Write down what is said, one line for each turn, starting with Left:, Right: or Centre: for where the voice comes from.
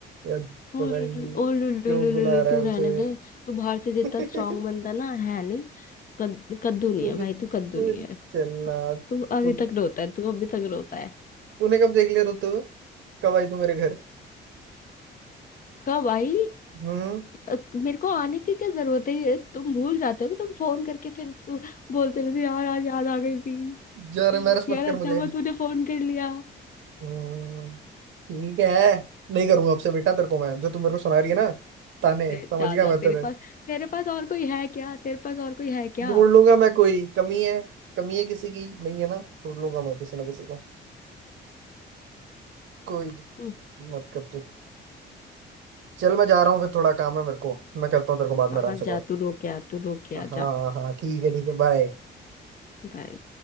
Right: या पता
Left: ओ
Right: नहीं
Left: ओ लु
Right: क्यों
Left: लु लु
Right: बुला
Left: लु लु,
Right: रहा
Left: तू
Right: है
Left: रहने
Right: उसे
Left: दे तू बाहर से जितना
Right: <laughs>
Left: स्ट्रांग बनता ना है नहीं कद, कद्दू नहीं
Right: तुझे
Left: है भाई तू कद्दू
Right: तुझे
Left: नहीं है
Right: चलना
Left: तू अभी
Right: तू
Left: तक रोता है तू अभी तक रोता है
Right: तूने कब देख लिया रोते हुए कब आई तू मेरे घर
Left: कब आई
Right: हम्म
Left: अ, मेरे को आने की क्या जरूरत है ये तुम भूल जाते हो कि तुम फोन करके फिर सु- बोलते रहते हो, यार आज याद आ गई थी
Right: जा रहे मैरस
Left: यार
Right: मत कर
Left: अच्छा
Right: मुझे
Left: हुआ तूने फोन कर लिया
Right: हम्म, ठीक है नहीं करूंगा आपसे बेटा तेरे को मैं जो तू मेरे को सुना रही है ना ताने
Left: अरे
Right: समझ
Left: जा
Right: गया
Left: जा
Right: मैं
Left: तेरे
Right: तेरे
Left: पास तेरे पास और कोई है क्या तेरे पास और कोई है क्या
Right: ढूंढ लूंगा मैं कोई कमी है कमी है किसी की नहीं है ना ढूंढ लूंगा मैं किसी ना किसी का कोई नहीं,
Left: हम्म,
Right: मत कर तू चल मैं जा रहा हूँ फिर थोड़ा काम है मेरे को मैं करता हूँ तेरे को बाद में
Left: हाँ
Right: आराम
Left: हाँ,
Right: से
Left: जा
Right: कॉल
Left: तू रो के आ तू रो के
Right: हाँ
Left: आ
Right: हाँ
Left: जा
Right: हाँ, ठीक है ठीक है बाय
Left: बाय